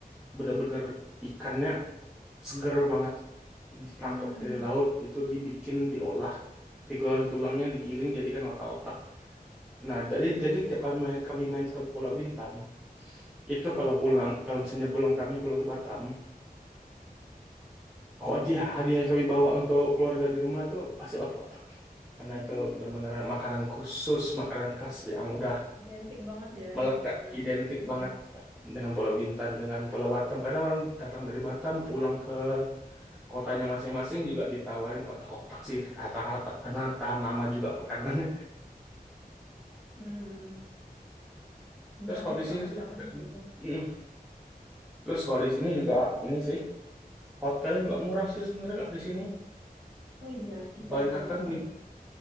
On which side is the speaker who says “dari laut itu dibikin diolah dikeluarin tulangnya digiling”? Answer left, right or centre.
Centre